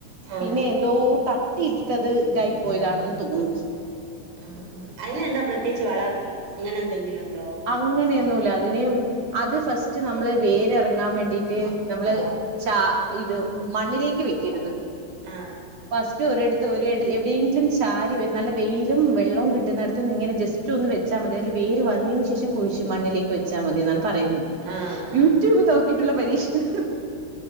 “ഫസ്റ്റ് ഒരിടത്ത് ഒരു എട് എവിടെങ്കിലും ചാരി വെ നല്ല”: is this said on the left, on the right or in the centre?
Right